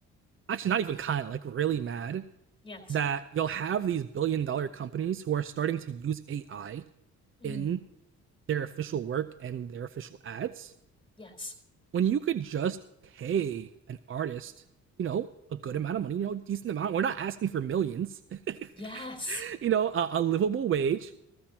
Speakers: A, on the right; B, on the left.
A: Actually, not even kind of like really mad
B: Yes.
A: that you'll have these billion dollar companies who are starting to use AI
B: hmm
A: in their official work and their official ads
B: Yes.
A: when you could just pay an artist, you know, a good amount of money, you know, decent amount. We're not asking for millions.
B: Yes.
A: <laughs> you know, a, a livable wage.